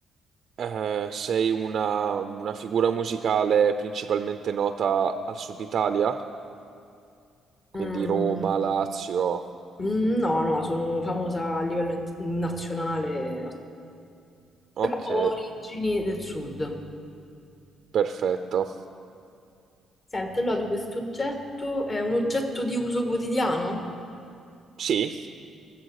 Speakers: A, on the right (about 60°); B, on the left (about 35°).
A: eh, sei una, una figura musicale principalmente nota al sud Italia, quindi
B: mm,
A: Roma, Lazio.
B: mm, no, no, sono famosa a livello int- nazionale,
A: Ok,
B: origini del sud.
A: perfetto.
B: Senti, allora tu questo oggetto è un oggetto di uso quotidiano?
A: Sì,